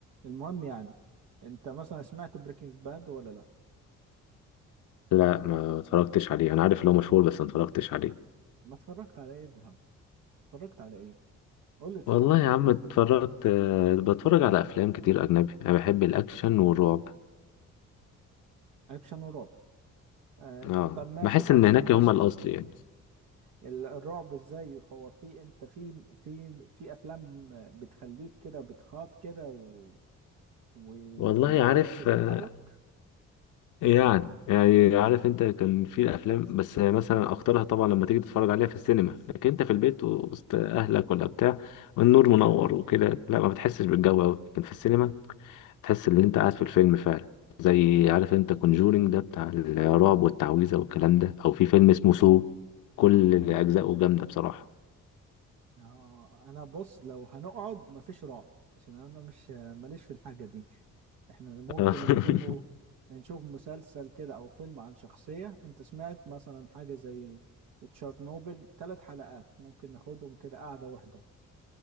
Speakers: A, on the right; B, on the left.
A: المهم يعني انت مثلا سمعت بريكنج باد ولا لا
B: لا ما اتفرجتش عليه انا عارف ان هو مشهور بس ما اتفرجتش عليه
A: ما اتفرجت على ايه ذهب اتفرجت على ايه قول لي اتفرجت
B: والله يا
A: على
B: عم
A: ايه
B: اتفرجت
A: كده
B: آه، بتفرج على افلام كتير اجنبي انا بحب الاكشن والرعب
A: اكشن ورعب آه
B: اه
A: آه، طب ماشي
B: بحس
A: الاكشن
B: ان هناك
A: ماشي
B: هما الاصل يعني
A: ال- الرعب ازاي هو في انت في في في افلام بتخليك كده بتخاف كده و... وما
B: والله
A: تعرفش
B: عارف
A: تتحرك
B: آه، يعني يعني عارف انت كان في الافلام بس مثلا اختارها طبعا لما تيجي تتفرج عليها في السينما لكن انت في البيت وسط اهلك ولا بتاع والنور منور وكده لا ما بتحسش بالجو قوي لكن في السينما تحس ان انت قاعد في الفيلم فعلا زي عارف انت كونجورينج ده بتاع الرعب والتعويذه والكلام ده او في فيلم اسمه سو كل اجزائه جامده بصراحه
A: اه انا بص لو هنقعد مفيش رعب عشان انا مش ماليش في الحاجه دي احنا ممكن
B: <laughs>
A: نشوفه نشوف مسلسل كده او فيلم عن شخصيه انت سمعت مثلا حاجه زي تشارنوبل ثلاث حلقات ممكن ناخدهم كده قاعده واحده